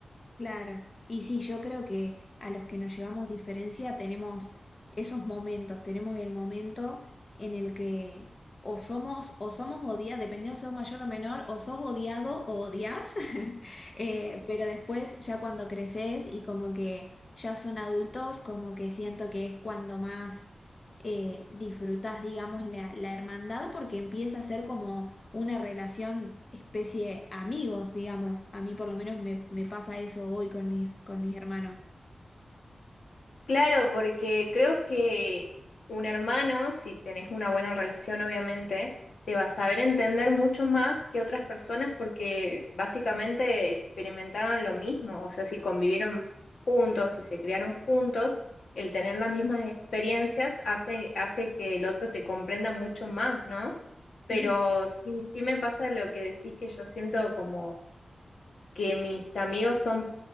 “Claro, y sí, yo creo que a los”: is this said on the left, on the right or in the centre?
Left